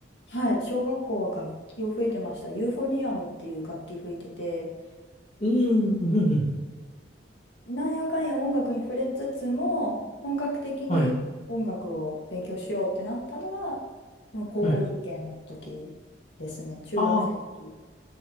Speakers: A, on the left; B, on the left.
A: はい。小学校は楽器を吹いてました。ユーフォニアムっていう楽器吹いてて、
B: うん、うん、うん。
A: なんやかんや音楽に触れつつも、本格的に音楽を勉強しようってなったのは、
B: はい、
A: まあ高校受験の時ですね、
B: はい。
A: 中学生の時。
B: ああ、こ